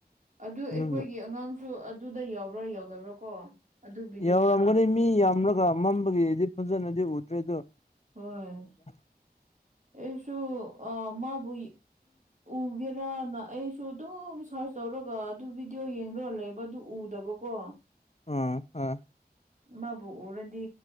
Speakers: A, on the right; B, on the left.
A: ꯑꯗꯨ ꯑꯩꯈꯣꯏꯒꯤ
B: ꯑꯗꯨꯝꯗꯣ
A: ꯑꯉꯥꯡꯁꯨ ꯑꯗꯨꯗ ꯌꯥꯎꯕ꯭ꯔꯥ ꯌꯥꯎꯗꯕ꯭ꯔꯥ ꯀꯣ ꯑꯗꯨ ꯚꯤꯗꯤꯑꯣꯗ
B: ꯌꯥꯎꯔꯝꯒꯅꯤ ꯃꯤ ꯌꯥꯝꯂꯒ ꯃꯝꯕꯒꯤꯗꯤ ꯐꯟꯖꯅꯗꯤ ꯎꯗ꯭ꯔꯦ ꯑꯗ
A: ꯍꯣꯏ
B: <unintelligible>
A: ꯑꯩꯁꯨ ꯑ ꯃꯥꯕꯨ ꯎꯒꯦꯔꯅ ꯑꯩꯁꯨ ꯑꯗꯨꯝ ꯁꯥꯔꯁ ꯇꯧꯔꯒ ꯑꯗꯨ ꯚꯤꯗꯤꯑꯣ ꯌꯦꯡꯒ ꯂꯩꯕ ꯑꯗꯨ ꯎꯗꯕ ꯀꯣ
B: ꯑꯣ ꯑ
A: ꯃꯥꯕꯨ ꯎꯔꯗꯤ